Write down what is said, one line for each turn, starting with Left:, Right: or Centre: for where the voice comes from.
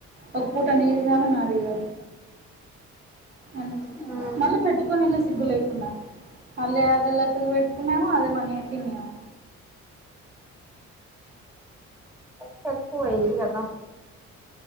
Right: ఒక పూట నీది కాదు నాది కాదు అంతే
Centre: మ్మ్.
Right: మళ్ళా పేట్టుకొని ఏల్ సిగ్గు లేకుండా అల్ అద క్క పెట్టుకున్నాము అదే మనీ తిన్నావా
Centre: ఒక ఎ వయి కదా